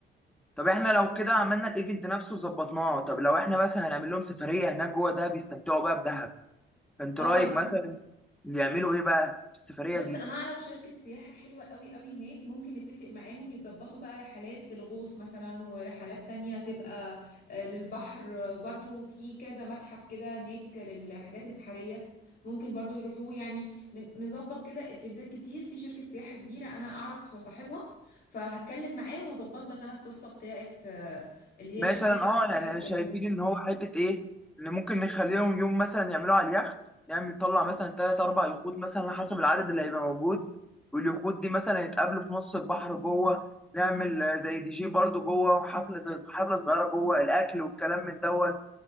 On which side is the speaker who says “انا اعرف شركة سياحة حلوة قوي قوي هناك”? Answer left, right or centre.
Left